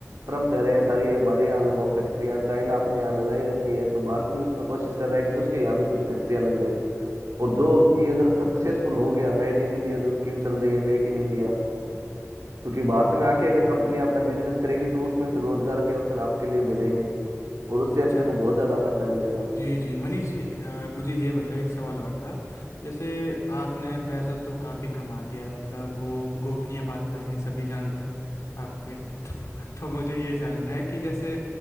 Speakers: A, on the right; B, on the left.
A: ट्रम्प कह रहे हैं सारी हमारे यहाँ लगाओ फैक्ट्रियाँ चाइना अपने यहाँ लगाई रखी है तो भारत भी उसमें कोशिश कर रहा है कि उसके यहाँ भी कुछ फैक्ट्रियाँ लग जाए और जो कि अगर सक्सेसफुल हो गया मेड इन इंडिया जो स्कीम चल रही है मेक इन इंडिया तो कि भारत में आके अगर कंपनी अपना बिजनेस करेगी तो उसमें फिर रोजगार के अवसर आपके लिए बढ़ेंगे और उससे
B: अच्छा
A: अपने को बहुत ज्यादा फायदा मिलेगा
B: जी जी मनीष जी अ, मुझे ये बताइए एक सवाल और था जैसे आपने पैसा तो काफ़ी कमा दिया है मतलब वो गोपनीय बात तो है नहीं सभी जानते हैं आपके <laughs> तो तो मुझे ये जानना है कि जैसे